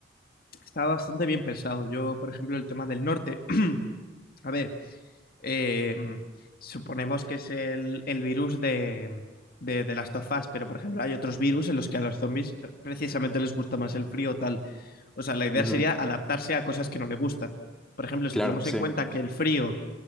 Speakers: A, on the left; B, in the centre.
A: Está bastante bien pensado. Yo, por ejemplo, el tema del norte. <clears throat> A ver, eh, suponemos que es el, el virus de, de, de Last of Us, pero por ejemplo hay otros virus en los que a los zombies eh, precisamente les gusta más el frío o tal. O sea, la idea
B: Ujú,
A: sería adaptarse a cosas que no le gustan. Por ejemplo, si
B: Claro,
A: tenemos
B: sí.
A: en cuenta que el frío